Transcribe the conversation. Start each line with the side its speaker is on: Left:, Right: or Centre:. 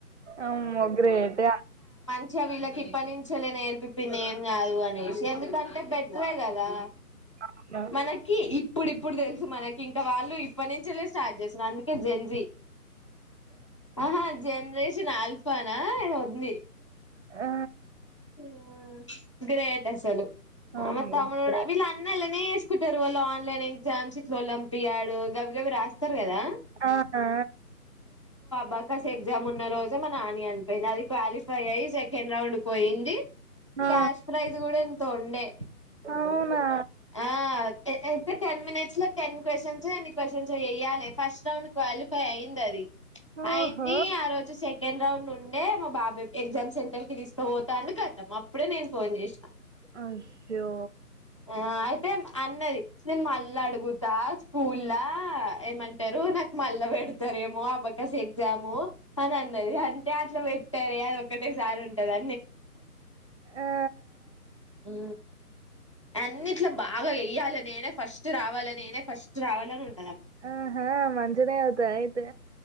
Right: అమ్మో గ్రేట్
Left: చ్చ వీళ్ళకి ఇప్పటి నుంచే లె నేర్పి పిన్ని ఏం కాదు అనేసి ఎందుకంటే బెట్రే కదా
Right: అంటున్నా
Left: మనకి ఇ ప్పుడు ఇప్పుడు తెల్సు మనక్ ఇంక వాళ్ళు ఇప్పటి నుంచేలే స్టార్ట్ చేస్తుారు అందుకే జన్ జీ ఆహా జనరేషన్ల్ ప్రోనా ఇక ఉంది
Right: ఆ
Left: ఉహ్ గ్రేట్ అసలు
Right: అమ్మో
Left: అవునతమి లోడా
Right: గ్రేట్
Left: అలానే వేసుకుంటారు వాళ్ళ ఆన్లైన్ ఎగ్జామ్స్ ఇట్లావాళ్ల ర్పిపియాడు గమ్ రాస్తారు కదా
Right: ఆ ఆ
Left: బసాస్ ఎగ్జామ్ ఉన్న రోజు మన ఆని అనిపోయింది అది క్వాలిఫై అయ్యి సెకండ్ రౌండ్కి పోయింది
Right: ఆ
Left: క్యాష్ ప్రైస్ కూడా ఎంతో ఉండే
Right: అవునా
Left: ఆ అయితే తె టెన్ మినిట్స్లో టెన్ క్వషన్స్ ఎన్ని క్వశ్చన్స్ వయ్యాలి ఫస్ట్ రౌండ్ క్వాలిఫై అయి్యింది అది
Right: ఓహో
Left: అయింది ఆ రోజు సె సెకెండ్ రౌడ్ ఉండే మా బాబాయ్ ఎగ్జామ్ సెంటర్ కి తీసు పోతాను కట్ల పామ్ ఇప్పుడే నేను ఫోన్ చేసినా
Right: అయ్యో
Left: ఆ అయితే అన్నది నేను మళ్ళీ మళ అడుగుతా స్కూల్లా ఏమంటారు నాకు మల్ళా పెడతారుమో ఆ బ స ఎగ్జామ్ అది అన్నది అంటే అట్లా పెట్టార అది ఒక్కటేసారి ఉంటదా
Right: ఆ
Left: ఆ అన్నిట్లో బాగా వెయ్యాలి నేనే ఫస్ట్ రావాలి నేనే ఫస్ట్ రావాలని ఉంటు
Right: ఆహా మజనే అవతు అయితే